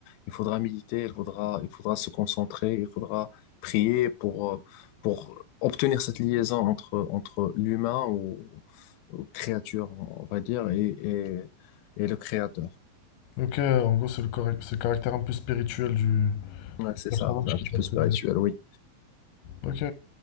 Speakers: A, on the left; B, on the left.
A: il faudra méditer, il faudra, il faudra se concentrer, il faudra prier pour, euh, pour obtenir cette liaison entre, entre l'humain ou, ou créature, on va dire, et, et, et le créateur.
B: Ok, en gros, c'est le, correct- c'est le caractère un peu spirituel du
A: Ouais, c'est
B: personnage
A: ça, c'est un
B: qui
A: petit
B: t'a
A: peu spirituel,
B: fait.
A: oui.
B: Ok,